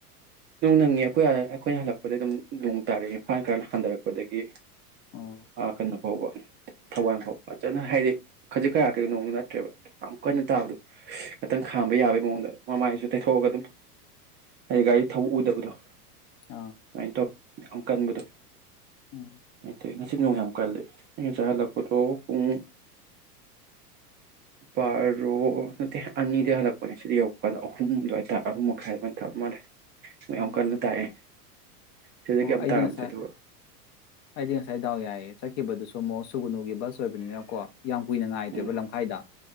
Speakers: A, on the right (about 25°); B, on the left (about 35°).
A: ꯅꯣꯡ ꯅꯪꯉꯤ ꯑꯩꯈꯣꯏ ꯑꯩꯈꯣꯏꯅ ꯍꯜꯂꯛꯄꯗ ꯑꯗꯨꯝ ꯅꯣꯡ ꯇꯥꯔꯛꯑꯦ ꯏꯝꯐꯜ ꯀꯥꯏꯅ ꯍꯟꯊꯔꯛꯄꯗꯒꯤ
B: ꯑꯣ
A: ꯑꯥ ꯀꯩꯅꯣ ꯐꯥꯎꯕ ꯊꯋꯥꯏ ꯑꯃ ꯐꯥꯎꯕ ꯐꯖꯅ ꯍꯥꯏꯗꯤ ꯈꯖꯤꯛ ꯈꯌꯥ ꯀꯩ ꯅꯑꯣꯡꯗ ꯅꯠꯇ꯭ꯔꯦꯕ ꯌꯥꯝ ꯀꯟꯅ ꯇꯥꯕꯗꯣ ꯈꯤꯇꯪ ꯈꯥꯝꯕ ꯌꯥꯕꯒꯤ ꯃꯑꯣꯡꯗ ꯃꯃꯥꯏꯁꯨ ꯇꯩꯊꯣꯛꯑꯒ ꯑꯗꯨꯝ ꯍꯥꯏꯗꯤ
B: ꯎꯝ
A: ꯒꯥꯔꯤ ꯊꯕꯛ ꯎꯗꯕꯗꯣ ꯑꯗꯨꯃꯥꯏꯅ
B: ꯑꯥ
A: ꯇꯧ ꯌꯥꯝ ꯀꯟꯕꯗꯣ
B: ꯎꯝ
A: ꯑꯗꯨꯃꯥꯏꯅ ꯇꯧꯋꯤ ꯉꯁꯤ ꯅꯣꯡ ꯌꯥꯝ ꯀꯜꯂꯤ ꯑꯩꯅ ꯉꯁꯦ ꯍꯜꯂꯛꯄꯗꯣ ꯄꯨꯡ ꯕꯥꯔꯣ ꯅꯠꯇꯦ ꯑꯅꯤꯗꯒꯤꯩ ꯍꯜꯂꯛꯄꯅꯦ ꯁꯤꯗ ꯌꯧꯔ ꯀꯥꯟꯗ ꯑꯍꯨꯝ ꯑꯗꯨꯋꯥꯇꯥꯔ ꯑꯍꯨꯝ ꯃꯈꯥꯏ ꯑꯗꯨꯃꯥꯏꯅ ꯊꯕ ꯃꯥꯜꯂꯦ
B: ꯎꯝ
A: ꯌꯥꯝ ꯀꯜꯅ ꯇꯥꯛꯑꯦ ꯁꯤꯗ
B: ꯑꯣ
A: ꯀꯩꯝ
B: ꯑꯩꯗꯤ
A: ꯇꯥꯔꯝꯗꯦ
B: ꯉꯁꯥꯏ
A: ꯑꯗꯨꯒ
B: ꯑꯩꯗꯤ ꯉꯁꯥꯏ ꯗꯥꯎ ꯌꯥꯏꯑ ꯆꯠꯈꯤꯕꯗꯨꯁꯨ ꯁꯣꯃꯣ ꯁꯨꯒꯨꯅꯨꯒꯤ ꯕꯁ ꯑꯣꯏꯕꯅꯤꯅꯀꯣ ꯌꯥꯝ ꯀꯨꯏꯅ ꯉꯥꯏꯗ꯭ꯔꯦꯕ
A: ꯎꯝ
B: ꯂꯝꯈꯥꯏꯗ